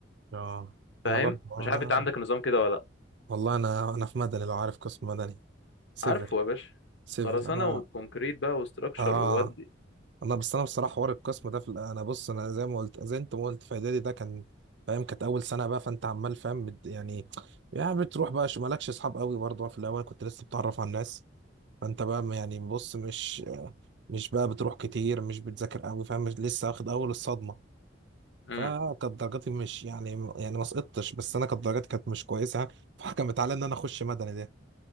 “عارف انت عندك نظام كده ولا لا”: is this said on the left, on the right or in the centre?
Left